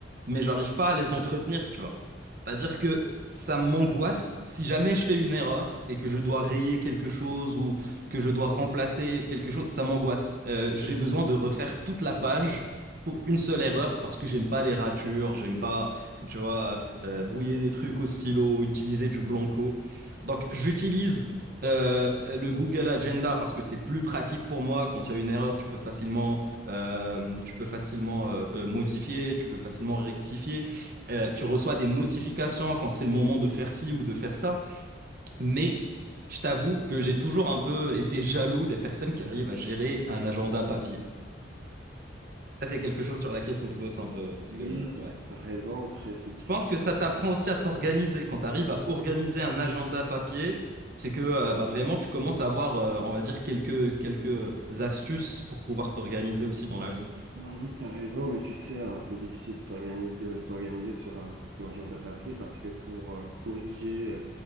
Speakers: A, on the right; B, on the right.
A: mais j'arrive pas à les entretenir, tu vois. C'est-à-dire que ça m'angoisse si jamais je fais une erreur et que je dois rayer quelque chose ou que je dois remplacer quelque chose, ça m'angoisse. Euh, j'ai besoin de refaire toute la page pour une seule erreur parce que j'aime pas les ratures, j'aime pas, tu vois, euh, brouiller des trucs au stylo, utiliser du blanco. Donc, j'utilise euh, le Google Agenda parce que c'est plus pratique pour moi. Quand il y a une erreur, tu peux facilement, euh, tu peux facilement euh, euh, modifier, tu peux facilement rectifier. Euh, tu reçois des notifications quand c'est le moment de faire ci ou de faire ça. Mais je t'avoue que j'ai toujours un peu été jaloux des personnes qui arrivent à gérer un agenda papier. Ça, c'est quelque chose sur laquelle il faut que je bosse un peu parce
B: Oui,
A: que, euh, ouais,
B: donc, t'as raison. Après, c'est difficile.
A: je pense que ça t'apprend aussi à t'organiser. Quand tu arrives à organiser un agenda papier, c'est que euh, bah, vraiment tu commences à avoir, euh, on va dire, quelques, quelques astuces pour pouvoir t'organiser aussi dans la vie.
B: bah oui, tu as raison, mais tu sais, hein, c'est difficile de s'organiser, de s'organiser sur un, un agenda papier parce que pour euh, corriger euh,